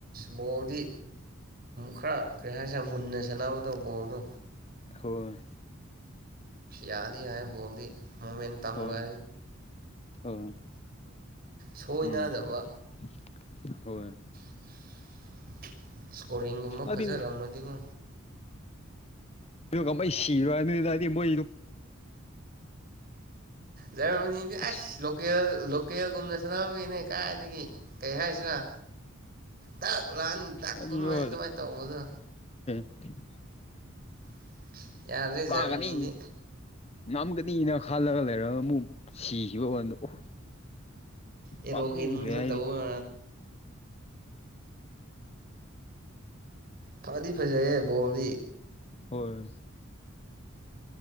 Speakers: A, on the right; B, on the left.
A: ꯃꯣꯗꯤ ꯈꯔ ꯀꯩ ꯍꯥꯏꯁꯤꯦ ꯃꯨꯟꯅ ꯁꯥꯟꯅꯕꯗꯣ ꯕꯣꯣꯔꯗꯣ
B: ꯍꯣꯏ
A: ꯌꯥꯗ ꯌꯥꯏ ꯣꯜꯗꯤ ꯃꯣꯃꯦꯟ ꯇꯝꯒ
B: ꯍꯣꯏ ꯍꯣꯏ
A: ꯁꯣꯏꯅꯗꯕ
B: ꯎꯝ ꯍꯣꯏ
A: <unintelligible> ꯏꯁꯀꯣꯔꯤꯡꯒꯨꯝꯕ ꯐꯖꯔꯝꯃꯗꯤꯅꯣ
B: ꯑꯗꯨ ꯑꯗꯨꯒ ꯀꯃꯩ ꯁꯤꯔꯣꯏꯅꯤꯅ ꯍꯥꯏꯗꯤ ꯃꯣꯏ
A: ꯌꯥꯔꯁ
B: ꯑꯁ
A: ꯂꯦꯜ ꯂ ꯄꯔ°ꯒꯨꯝꯅ ꯅ ꯁꯥꯅꯕꯅꯦ ꯀꯥꯏ ꯗꯒꯤ ꯀꯩ ꯍꯥꯏꯅꯤ ꯇꯛ ꯂꯥꯟꯔꯅꯤ ꯇꯛ
B: ꯑꯩꯗꯤꯀꯣ
A: ꯀꯨꯝꯃꯅꯤ ꯑꯗꯨꯃꯥꯏꯅ ꯇꯧꯕꯗꯣ꯫
B: <inaudible>
A: <inaudible>
B: ꯀꯥꯒꯅꯤ
A: ꯖꯔꯃꯅꯤꯗꯤ
B: ꯉꯝꯒꯅꯤꯅꯥ ꯈꯜꯂꯒ ꯂꯩꯔꯒꯥ ꯑꯃꯨꯛ ꯁꯤꯈꯤꯕ ꯑꫭꯏꯔ°ꯗꯣ
A: ꯑꯦꯔꯣꯒꯦꯟ
B: ꯄꯥꯝꯃꯨꯈꯔꯦ
A: ꯈꯔ
B: ꯑꯩꯗꯤ
A: ꯇꯧꯕ ꯐꯗꯤ ꯐꯖꯩ ꯍ° ꯕꯣꯜꯗꯤ꯫
B: ꯍꯣꯏꯏ